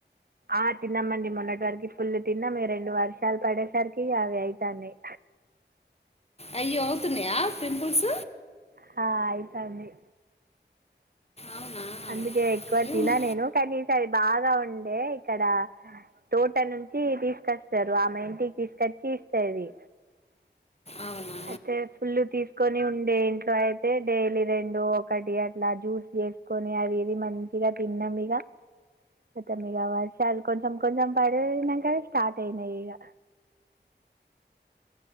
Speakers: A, on the right (about 55°); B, on the left (about 35°).
A: ఆ తిన్నామండి మొన్నటి వరకు ఫుల్లు తిన్నాం రెండు వర్షాలు పడేసరికి అవి అయితనాయ్
B: అయ్యో అవుతున్నాయా పింపుల్స్
A: హా అయితనాయ్
B: అవునా
A: అందుకే ఎక్కువ
B: ఏమో
A: తిన నేను కానీ ఈ సారి అది బాగా ఉండే ఇక్కడ తోట నుంచి తీసుకొస్తారు ఆమె ఇంటికి తీసుకొచ్చి ఇస్తాది
B: అవునా
A: అయితే ఫులు తీసు కొని ఉండే ఇంట్లో అయితే డేలీ రెండు ఒకటి అట్లా జ్యూస్ చే కోని అది ఇది మంచిగా తిన్నాం ఇగ మొత్తం ఇక వర్షాలు కొంచెం కొంచెం పడినాక స్టార్ట్ అయినాయి ఇగ